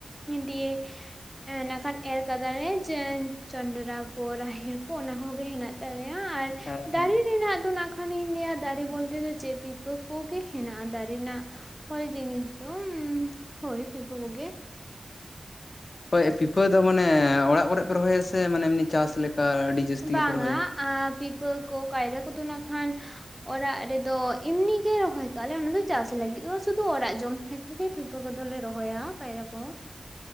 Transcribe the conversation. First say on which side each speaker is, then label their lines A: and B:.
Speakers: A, in the centre; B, on the left.
A: ᱫᱤᱭᱮ ᱮᱸ ᱱᱟᱜ ᱠᱷᱟᱱ ᱮᱨ ᱟᱠᱟᱫᱟ ᱞᱮ ᱡᱮ ᱡᱚᱸᱰᱽᱨᱟ ᱠᱚ ᱨᱟᱦᱮᱲ ᱠᱚ ᱚᱱᱟ ᱠᱚᱜᱮ ᱦᱮᱱᱟᱜ ᱛᱟᱞᱮᱭᱟ ᱟᱨ
B: ᱦᱮᱸ
A: ᱫᱟᱨᱮ
B: ᱦᱮᱸ
A: ᱨᱮᱱᱟᱜ ᱫᱚ ᱚᱱᱟ ᱠᱷᱟᱱᱤᱧ ᱞᱟᱹᱭᱟ ᱫᱟᱨᱮ ᱵᱚᱞᱛᱮ ᱫᱚ ᱪᱮᱫ ᱯᱤᱯᱷᱟᱹ ᱠᱚᱜᱮ ᱦᱮᱱᱟᱜᱼᱟ ᱫᱟᱨᱮ ᱨᱮᱱᱟᱜ ᱯᱷᱚᱞ ᱡᱤᱱᱤᱥ ᱫᱚ ᱦᱳᱭ ᱯᱤᱯᱷᱟᱹ ᱠᱚᱜᱮ
B: ᱦᱳᱭ ᱯᱤᱯᱷᱟᱹ ᱫᱚ ᱢᱟᱱᱮ ᱚᱲᱟᱜ ᱠᱚᱨᱮ ᱯᱮ ᱨᱚᱦᱚᱭᱟ ᱥᱮ ᱢᱟᱱᱮ ᱮᱢᱱᱤ ᱪᱟᱥ ᱞᱮᱠᱟ ᱟᱹᱰᱤ ᱡᱟᱹᱥᱛᱤ
A: ᱵᱟᱝᱼᱟ
B: ᱜᱮᱯᱮ ᱨᱚᱦᱚᱭᱟ
A: ᱯᱤᱯᱷᱟᱹ ᱠᱚ ᱠᱟᱭᱨᱟ ᱠᱚᱫᱚ ᱱᱟᱜ ᱠᱷᱟᱱ ᱚᱲᱟᱜ ᱨᱮᱫᱚ ᱮᱢᱱᱤ ᱜᱮ ᱨᱚᱦᱚᱭ ᱠᱟᱜᱼᱟ ᱞᱮ ᱚᱱᱟ ᱫᱚ ᱪᱟᱥ ᱞᱟᱹᱜᱤᱫ ᱫᱚ ᱵᱟᱝ ᱥᱩᱫᱷᱩ ᱚᱲᱟᱜ ᱡᱚᱢ ᱞᱟ ᱜᱤᱫ ᱯᱤᱯᱷᱟᱹ ᱠᱚᱫᱚ ᱞᱮ ᱨᱚᱦᱚᱭᱟ ᱠᱟᱭᱨᱟ ᱠᱚ